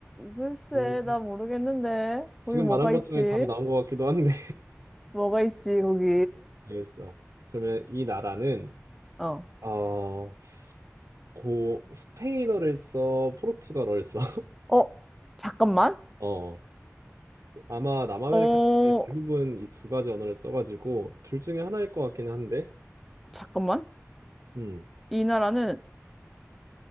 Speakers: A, in the centre; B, on the right.
A: 글쎄,
B: 음,
A: 나 모르겠는데. 거기
B: 지금
A: 뭐가
B: 말한 것
A: 있지?
B: 중에 답이 나온 것 같기도 한데
A: 뭐가 있지, 거기?
B: 알겠어. 그러면 이 나라는
A: 어.
B: 어, 고 스페인어를 써, 포르투갈어를 써. <laughs>
A: 어, 잠깐만.
B: 어. 아마 남아메리카
A: 어,
B: 쪽에 대부분 이 두 가지 언어를 써가지고 둘 중에 하나일 것 같기는 한데.
A: 잠깐만.
B: 음.
A: 이 나라는,